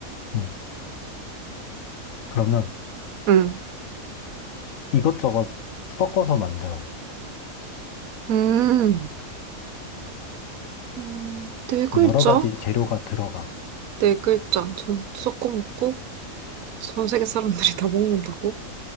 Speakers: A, on the left; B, on the right.
A: 응. 그러면
B: 응.
A: 이것저것 섞어서 만들어.
B: 음, 음, 네 글자?
A: 그 여러 가지 재료가 들어가.
B: 네 글자. 전 섞어 먹고 전 세계 사람들이 다 먹는다고?